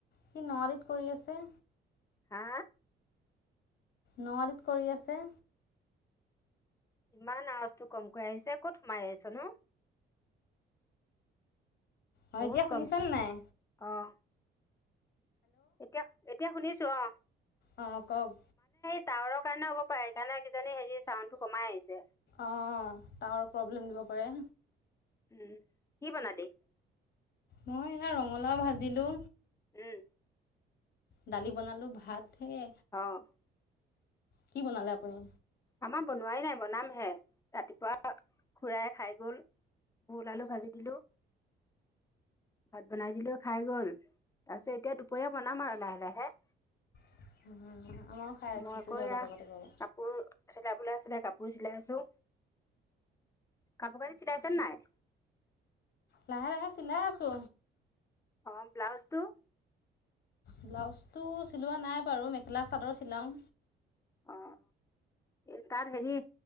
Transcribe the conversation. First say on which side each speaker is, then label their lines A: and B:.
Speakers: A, on the left; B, on the left.
A: সি নোৱালীত কৰি আছে।
B: হা।
A: ন আলিত কৰি আছে।
B: ইমান আৱাজটো কমকৈ আহিছে ক'ত সোমাই আছ নো।
A: অঁ
B: বহুত
A: এতিয়া শুনিছেনে
B: কম
A: নাই
B: অহ। এতিয়া এতিয়া শুনিছো অহ।
A: অহ কওক।
B: টাৱৰ কাৰণে হ'ব পাৰে সেইকাৰণ কি জানি হ চাউণ্ডটোমাই কমাই আহিছে।
A: অহ তাৰ প্ৰব্লেম দিব পাৰে।
B: উম, কি বনালি?
A: মই এয়া ৰঙালাও ভাজিলো।
B: উম।
A: দালি বনালো ভাত হে।
B: অ'।
A: কি বনালে আপুনি?
B: আমাৰ বনোৱাই নাই বনামহে ৰাতিপুৱা খুড়াই খাই গ'ল। ভুল, আলু ভাজি দিলোঁ। ভাত বনাই দিলেও খাই গ'ল তাৰপিছত এতিয়া দুপৰীয়া বনাম আৰু লাহে লাহে।
A: <inaudible> উঠিছোঁহে
B: মই আকৌ এয়া
A: অলপ আগতে বাৰু
B: কাপোৰ চিলাবলৈ আছিলে কাপোৰ চিলাই আছোঁ। কাপোৰ কানি চিলাইছানে নাই?
A: লাহে -লাহে চিলাই আছো
B: অহ, ব্লাউজ তো?
A: ব্লাউজটো চিলোৱা নাই বাৰু মেখেলা চাদৰ চিলাওঁ।
B: অহ। এ তাত হেৰি